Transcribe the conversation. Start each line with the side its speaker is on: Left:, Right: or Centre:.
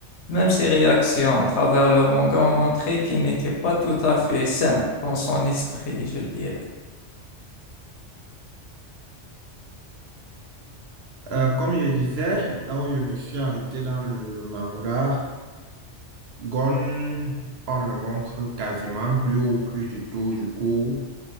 Left: même ses réactions à travers le manga ont montré qu'il n'était pas tout à fait sain dans son esprit, je dirais.
Right: Euh, comme je disais, là où je me suis arrêté dans le manga, Gon, on le montre quasiment plus ou plus du tout. Du coup,